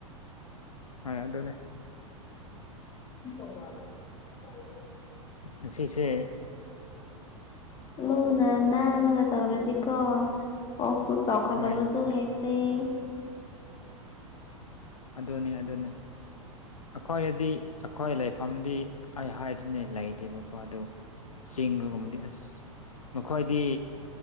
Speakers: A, on the left; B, on the left.
A: ꯍꯣꯏ ꯑꯗꯨꯅꯦ
B: <unintelligible> <unintelligible>
A: ꯉꯁꯤꯁꯦ
B: ꯂꯨꯅꯥ ꯅꯥꯜꯂꯒ ꯇꯧꯔꯗꯤꯀꯣ ꯑꯣꯛꯁꯨ ꯆꯥꯎꯈꯠꯂꯕꯁꯨ
A: ꯍꯣꯏ
B: ꯍꯦꯂ ꯂꯩ
A: ꯑꯗꯨꯅꯤ ꯑꯗꯨꯅꯤ ꯑꯩꯈꯣꯏꯗꯗꯤ ꯑꯩꯈꯣꯏ ꯂꯩꯐꯝꯗꯤ ꯑꯩ ꯍꯥꯏꯗꯅꯦ ꯂꯩꯗꯦꯕꯀꯣ ꯑꯗꯨ ꯆꯤꯡꯒꯒꯨꯝꯕꯗꯤ ꯑꯁ ꯃꯈꯣꯏꯗꯤ